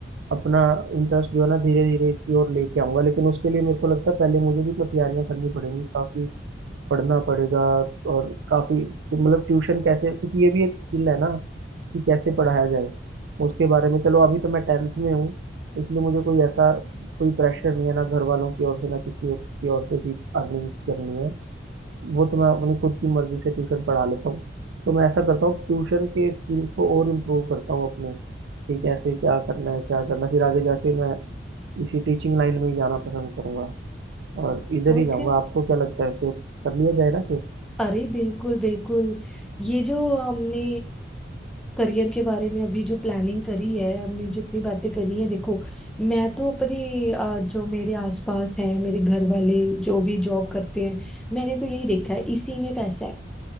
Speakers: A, on the right; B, in the centre.
A: अपना इंटरेस्ट जो है ना धीरे धीरे इसकी ओर लेके आऊंगा लेकिन उसके लिए मेरे को लगता है पहले मुझे भी तो तैयारियां करनी पड़ेंगी काफी पढ़ना पड़ेगा और काफी मतलब ट्यूशन कैसे क्योंकि ये भी एक स्किल है ना कि कैसे पढ़ाया जाए उसके बारे में चलो अभी तो मैं टेंथ में हूँ इसलिए मुझे कोई ऐसा कोई प्रेशर नहीं है ना घर वालों की ओर से ना किसी और की ओर से कि अर्निंग करनी है वो तो मैं अपनी खुद की मर्जी से ट्यूशन पढ़ा लेता हूँ तो मैं ऐसा करता हूँ ट्यूशन के स्किल्स को और इम्प्रूव करता हूँ अपने कि कैसे क्या करना है क्या करना है। फिर आगे जाके मैं इसी टीचिंग लाइन में ही जाना पसंद करूंगा और इधर
B: और
A: ही जाऊंगा
B: क्या
A: आपको क्या लगता है फिर कर लिया जाए ना फिर
B: अरे बिल्कुल बिल्कुल ये जो हमने करियर के बारे में अभी जो प्लानिंग करी है हमने जितनी बातें करी है देखो मैं तो अपनी अ, जो मेरे आसपास हैं मेरे घर वाले जो भी जॉब करते हैं मैंने तो यही देखा है इसी में पैसा है